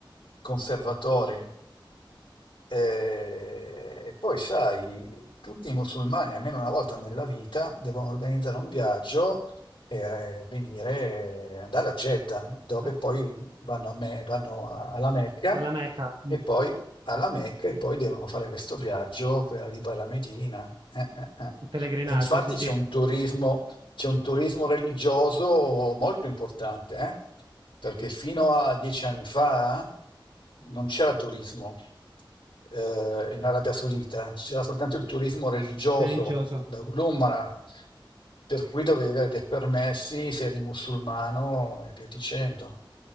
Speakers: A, on the left; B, on the right.
A: conservatori. Eh, E poi, sai, tutti i musulmani, almeno una volta nella vita, devono organizzare un viaggio e eh, venire, andare a Jeddah, dove
B: Ah,
A: poi vanno, a Me- vanno a- alla Mecca
B: Alla Mecca,
A: e
B: mm,
A: poi alla Mecca e poi devono fare questo viaggio per arrivare a Medina. Eh, eh, eh.
B: il pellegrinaggio,
A: E infatti
B: sì, sì.
A: c'è un turismo, c'è un turismo religioso molto importante, eh? Perché fino a dieci anni fa non c'era turismo eh, in Arabia Saudita, c'era soltanto il turismo religioso,
B: religioso.
A: la- l'Umra, per cui dovevi avere dei permessi se eri musulmano e via dicendo.